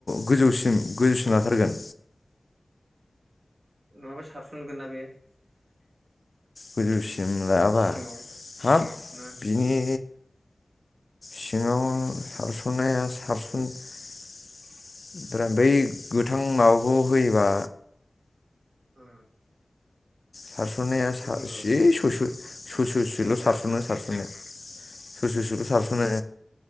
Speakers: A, on the left (about 50°); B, on the right (about 60°).
A: गोजौसिम गोजौसिम लाथारगोन।
B: नङाब्ला सारसनगोना बे।
A: गोजौसिम लायाबा
B: सिङाव
A: हाब
B: ना
A: बिनि सिङाव सारस'नाया सारसन फ्राय बै गोथां माबाखौ होयोबा।
B: ओ।
A: सारस'ननाया
B: गोथांखौ होयोबा
A: सिय
B: बां
A: स
B: एसे
A: सससल'
B: खम
A: सारस'नो
B: जागोन आरो
A: सारस'ननाया। ससे ससेल' सारसनो।